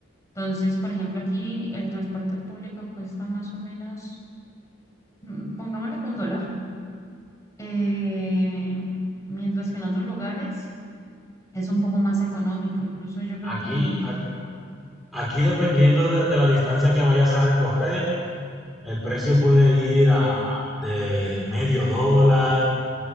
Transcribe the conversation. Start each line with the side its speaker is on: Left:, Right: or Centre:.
Left: Entonces, por ejemplo, aquí el transporte público cuesta más o menos, mm, pongámosle que un dólar, eh, mientras que en otros lugares es un poco más económico. Incluso yo creo
Centre: Aquí,
Left: que en,
Centre: a- aquí
Left: sí,
Centre: dependiendo de, de la distancia que vayas a recorrer, el precio puede ir a de medio dólar